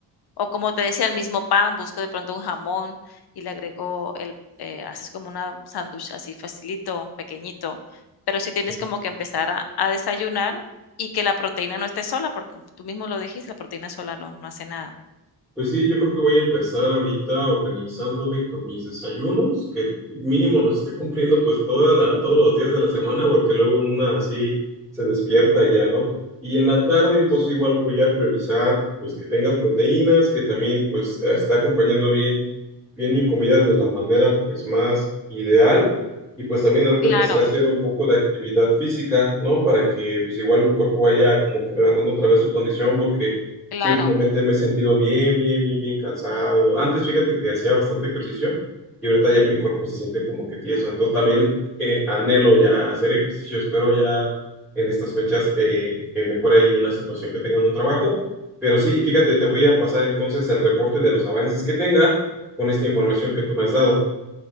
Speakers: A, on the left; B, in the centre.
A: o como te decía, el mismo pan, busco de pronto un jamón y le agrego el, eh, haces como una sándwich así facilito, pequeñito. Pero sí tienes
B: ok.
A: como que empezar a, a desayunar y que la proteína no esté sola, porque tú mismo lo dijiste, la proteína sola no, no hace nada.
B: Pues sí, yo creo que voy a empezar ahorita organizándome con mis desayunos, que mínimo los esté cumpliendo pues toda la, todos los días de la semana, porque luego una así se despierta y ya, ¿no? Y en la tarde entonces igual voy a priorizar pues que tenga proteínas, que también pues está acompañando bien, bien mi comida de la manera pues más ideal. Y pues también ahorita
A: Claro,
B: empezar a hacer un poco de actividad física, ¿no? Para que pues igual mi cuerpo vaya como que agarrando otra vez su condición, porque...
A: claro.
B: Sí, últimamente me he sentido bien, bien, bien, bien cansado. Antes, fíjate que hacía bastante ejercicio y ahorita ya mi cuerpo se siente como que tieso. Entonces también eh, anhelo ya hacer ejercicio. Espero ya en estas fechas eh, que mejore ahí una situación que tenga en un trabajo. Pero sí, fíjate, te voy a pasar entonces el reporte de los avances que tenga con esta información que tú me has dado.